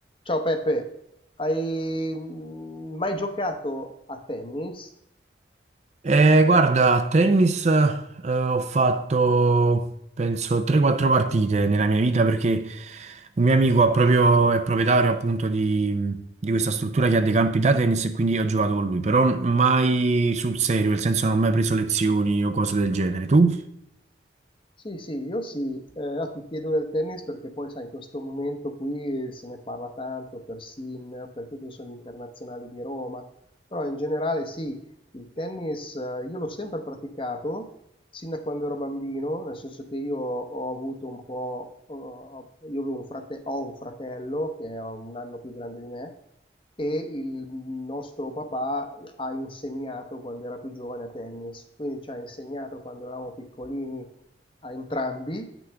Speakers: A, on the left; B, on the right.
A: Ciao Peppe, hai mm, mai giocato a tennis?
B: Eh, guarda, a tennis, eh, ho fatto penso 3-4 partite nella mia vita perché un mio amico ha proprio- è proprietario appunto di, di questa struttura che ha dei campi da tennis e quindi ho giocato con lui, però mai sul serio, nel senso non ho mai preso lezioni o cose del genere. Tu?
A: Sì, sì, io sì. Eh, no, ti chiedo del tennis perché poi, sai, in questo momento qui se ne parla tanto per Sinner, perché ci sono gli internazionali di Roma, però in generale sì, il tennis eh, io l'ho sempre praticato sin da quando ero bambino, nel senso che io ho avuto un po', eh, io avevo un frate- ho un fratello che è un anno più grande di me e il nostro papà ha insegnato quando era più giovane a tennis, quindi ci ha insegnato quando eravamo piccolini a entrambi